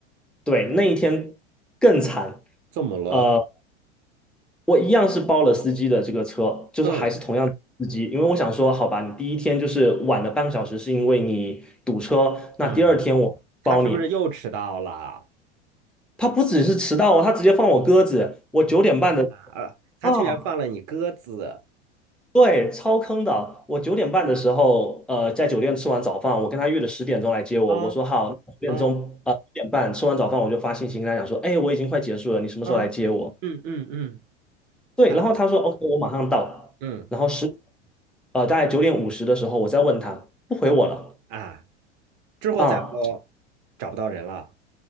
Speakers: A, in the centre; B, on the right (about 40°).
A: 对，那一天更惨。
B: 怎么了？
A: 呃。我一样是包了司机的这个车，就是还是同样的司机，
B: 嗯
A: 因为我想说，好吧，你第一天就是晚了半个小时，是因为你堵车，那第二天我包你。
B: 嗯，他是不是又迟到了啊？
A: 他不只是迟到哦，他直接放我鸽子。我九点半的
B: 呃，他居然放了你鸽子
A: 啊，对，超坑的。我九点半的时候，呃，在酒店吃完早饭，我跟他约了十点钟来接我。
B: 啊
A: 我说好，九点钟，
B: 啊
A: 呃，九点半吃完早饭，我就发信息跟他讲说，哎，我已经快结束了，你什么时候来接我？
B: 啊！嗯嗯嗯
A: 对，
B: 他
A: 然后他说 OK，我马上到。
B: 嗯，
A: 然后十呃大概九点五十的时候，我再问他，不回我了
B: 啊！之后再我找不到人了，
A: 啊，